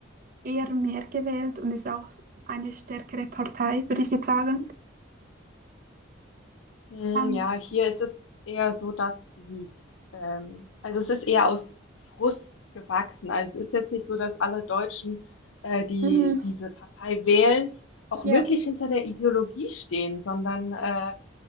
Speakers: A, on the right; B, on the left.
A: eher mehr gewählt und ist auch eine stärkere Partei, würde ich jetzt sagen.
B: Hm,
A: Ähm,
B: ja, hier ist es eher so, dass die, ähm, also es ist eher aus Frust gewachsen. Also es ist jetzt nicht so, dass alle Deutschen, äh, die
A: Mhm.
B: diese Partei wählen, auch
A: Ja.
B: wirklich hinter der Ideologie stehen, sondern äh,